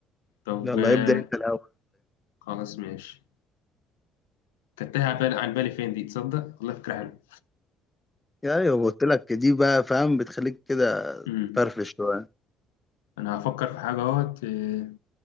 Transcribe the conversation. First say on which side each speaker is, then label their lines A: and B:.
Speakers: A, on the left; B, on the left.
A: طب
B: يلا
A: آه،
B: ابدأ انت الاول
A: خلاص ماشي كانت تايهة عن بالي عن بالي فين دي تصدق والله فكره حلوه
B: يا ايوه قلت لك دي بقى فاهم بتخليك كده
A: امم
B: فرفش شوية
A: انا هفكر في حاجه اهوت آه،